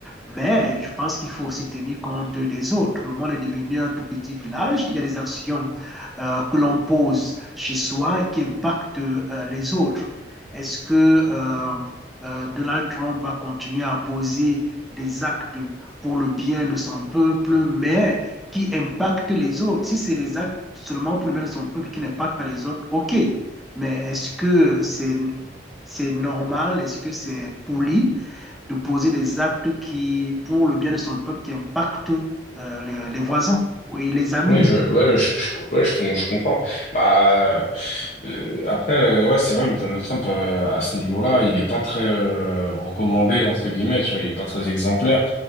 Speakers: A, in the centre; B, on the left.
A: Mais je pense qu'il faut aussi tenir compte des autres. Le monde est devenu un tout petit village. Il y a des actions euh, que l'on pose chez soi qui impactent euh, les autres. Est-ce que euh, euh, Donald Trump va continuer à poser des actes pour le bien de son peuple, mais qui impactent les autres. Si c'est des actes seulement pour le bien de son peuple qui n'impactent pas les autres, OK. Mais est-ce que c'est c'est normal, est-ce que c'est poli de poser des actes qui, pour le bien de son peuple, qui impactent euh, les, les, voisins oui, les amis.
B: Oui, je, ouais, je, je, ouais, je, com- je comprends. Bah, euh, après, euh, ouais, c'est vrai que Donald Trump, euh, à ce niveau-là, il est pas très euh, recommandé, entre guillemets, tu vois, il est pas très exemplaire.